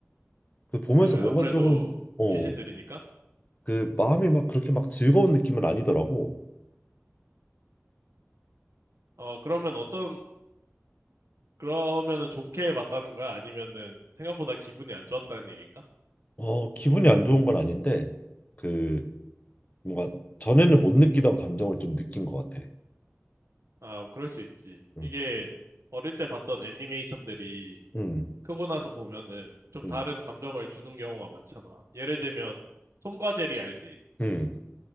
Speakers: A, on the left; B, on the right.
A: 그 보면서
B: 아, 그래,
A: 뭔가
B: 아무래도
A: 조금 어
B: 귀신들이니까?
A: 그 마음이 막 그렇게 막 즐거운 느낌은 아니더라고
B: 어, 그러면 어떤, 그러면은 좋게 봤다는 거야? 아니면은 생각보다 기분이 안 좋았다는 얘기인가?
A: 어 기분이 안 좋은 건 아닌데 그 뭔가 전에는 못 느끼던 감정을 좀 느낀 것 같아
B: 아, 그럴 수 있지.
A: 음
B: 이게 어릴 때 봤던 애니메이션들이
A: 음
B: 크고 나서 보면은 좀
A: 음
B: 다른 감정을 주는 경우가 많잖아. 예를 들면 톰과 제리 알지?
A: 음